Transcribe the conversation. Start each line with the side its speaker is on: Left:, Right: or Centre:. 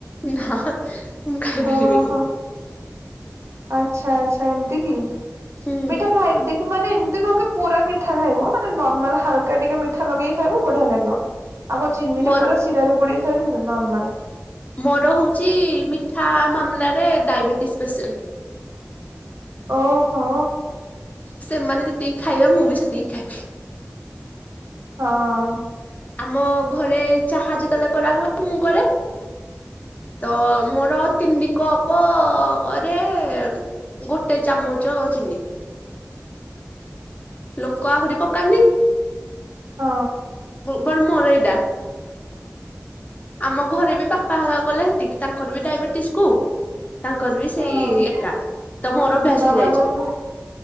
Left: ନାହା ହା ହା ମୁଁ ଖାଇପାରିବିନି।
Right: ଓହୋ ଆଚ୍ଛା ଆଚ୍ଛା ଏମତି କି
Left: ହୁଁ
Right: ମିଠା ଖାଇବୁ ଦେ ତୁ ମାନେ ଏମତି ନୁହଁ କି ପୁରା ମିଠା ଖାଇବ ମାନେ ନର୍ମାଲ ହାଲକା ଟିକେ ମିଠା ଲଗେଇକି ଖାଇବ ବଢିଆ ଲାଗିବ। ଆଉ କଁ ଚିନିଟା
Left: ମୋର
Right: ପୁରା ଶିରାରେ ବୁଡେଇକି ଖାଇଦବୁ କି ନର୍ମାଲ।
Left: ମୋର ହଉଚି ମିଠା ମାମଲାରେ ଡାଇବେଟିସ୍ ପେସେଣ୍ଟ।
Right: ଓହୋ।
Left: ସେମାନେ ଯେତିକି ଖାଇବେ ମୁଁ ବି ସେତିକି ଖାଇବି।
Right: ହଁ।
Left: ଆମ ଘରେ ଚାହା ଯେତେବେଲେ କରାହୁଏ ମୁଁ କରେ। ତ ମୋର ତିନି କପରେ ଉଁ ଉଁ ଗୋଟେ ଚାମୁଚ ଚିନି।
Right: <inaudible>
Left: ଲୋକ ଆହୁରି ପକାନ୍ଦି।
Right: ହ।
Left: ଭୂଗୋଳ ମୋର ଏଇଟା। ଆମ ଘରେ ବି ବାପା ହେରା କଲେ ହେତିକି ତାଙ୍କର ବି ଡାଇବେଟିସକୁ ତାଙ୍କର ବି ସେଇ
Right: ହଁ
Left: ଏକା ତ ମୋର ଅଭ୍ୟାସ
Right: ବାବାଙ୍କର
Left: ହେଇଯାଇଚି।
Right: ବି